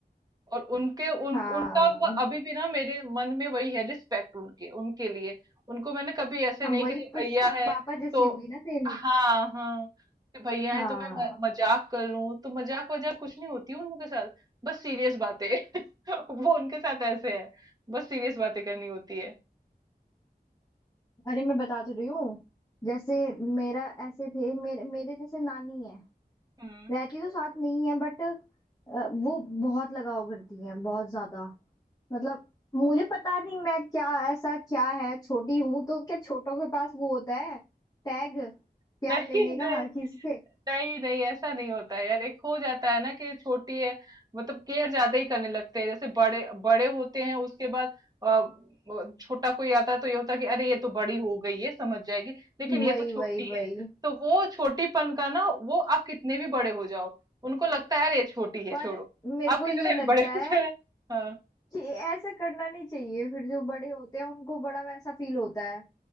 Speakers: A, on the right (about 25°); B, on the left (about 20°).
A: और उनके उन,
B: हाँ
A: उनका वो अभी भी ना मेरे मन में वही है रिस्पेक्ट उनके उनके लिए उनको मैंने कभी ऐसे
B: हम
A: नहीं
B: वही
A: कि नहीं,
B: पस,
A: भैया है
B: पापा जैसी
A: तो
B: होगी ना सेम
A: हाँ हाँ कि भैया
B: हाँ
A: है तो मैं म- मजाक कर लूं तो मजाक वजाक कुछ नहीं होती उनके साथ बस सीरियस बातें <laughs> वो उनके साथ ऐसे है बस सीरियस बातें करनी होती है
B: अरे मैं बता तो रही हूँ जैसे मेरा ऐसे थे मेरे मेरे जैसे नानी है
A: हम्म
B: रहती तो साथ नहीं है बट वो बहुत लगाव करती है बहुत ज्यादा मतलब मुझे पता नहीं मैं क्या ऐसा क्या है छोटी हूं तो क्या छोटों के पास वो होता है टैग
A: <laughs>
B: प्यार
A: नहीं
B: लेने का
A: नहीं
B: हर किसी से
A: नहीं नहीं ऐसा नहीं होता है यार एक हो जाता है ना कि छोटी है मतलब केयर ज्यादा ही करने लगते हैं जैसे बड़े बड़े होते हैं उसके बाद अ, वो छोटा कोई आता है तो ये होता है कि अरे ये तो बड़ी हो गई है समझ जाएगी लेकिन ये
B: वही
A: तो छोटी
B: वही वही
A: है तो वो छोटीपन का ना वो आप कितने भी बड़े हो जाओ उनको लगता है अरे ये छोटी है
B: पर
A: छोड़ो
B: मेरे
A: आप
B: को
A: कितने
B: ये लगता
A: भी बड़े
B: है
A: हो जाए हाँ
B: कि ऐसा करना नहीं चाहिए फिर जो बड़े होते हैं उनको बड़ा वैसा फील होता है